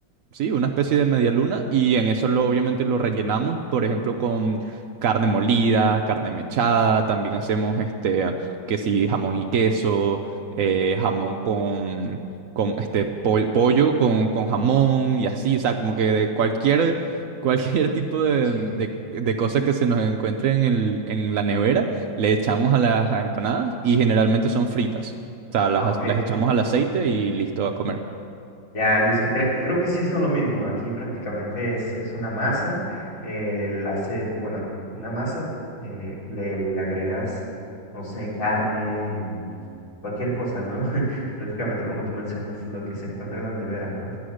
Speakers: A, on the right (about 70°); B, on the left (about 75°).
A: Sí, una especie de media luna y en eso lo, obviamente lo rellenamos, por ejemplo, con carne molida, carne mechada, también hacemos este, que sí, jamón y queso, eh, jamón con, con este, po- pollo con, con jamón y así, o sea, como que de cualquier, <laughs> cualquier tipo de,
B: Sí.
A: de, de cosa que se nos encuentre en el, en la nevera, le echamos a las empanadas y generalmente son fritas, o sea, las,
B: Ah, ok.
A: las echamos al aceite
B: Sí.
A: y listo a comer.
B: Ya, listo. Cre- creo que sí son lo mismo. Aquí prácticamente es, es una masa. eh, la hace, bueno, una masa, eh, le, le agregas, no sé, carne y cualquier cosa, ¿no? <laughs> Prácticamente como tú mencionas, lo que se encuentra en la nevera, ¿no?